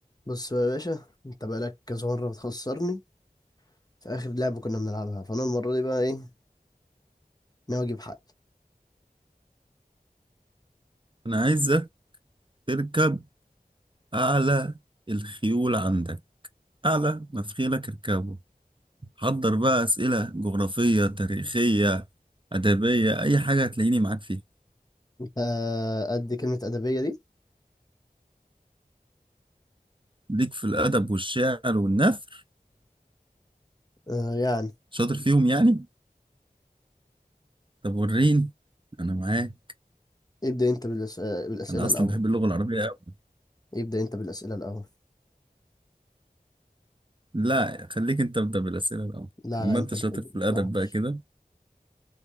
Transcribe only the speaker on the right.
أنا عايزك تركب أعلى الخيول عندك أعلى ما في خيلك اركبه حضر بقى أسئلة جغرافية تاريخية أدبية أي حاجة هتلاقيني معاك فيها
ليك في الأدب والشعر والنثر
شاطر فيهم يعني طب وريني أنا معاك
أنا أصلا
بحب اللغة العربية أوي
لا خليك أنت أبدأ بالأسئلة الأول
أما
أنت
شاطر
في
الأدب بقى كده